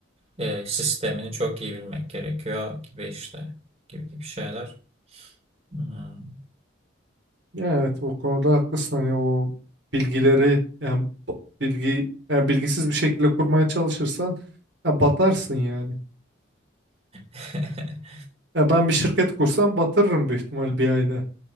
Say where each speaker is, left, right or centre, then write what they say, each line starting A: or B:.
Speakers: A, on the right (about 30°); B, on the right (about 65°).
A: e, sistemini çok iyi bilmek gerekiyor gibi işte gibi gibi şeyler. Hmm.
B: Ya evet o konuda haklısın hani o bilgileri yani b- bilgi yani bilgisiz bir şekilde kurmaya çalışırsan ya batarsın yani.
A: <laughs>
B: Ya ben bir şirket kursam batırırım büyük ihtimal bir ayda.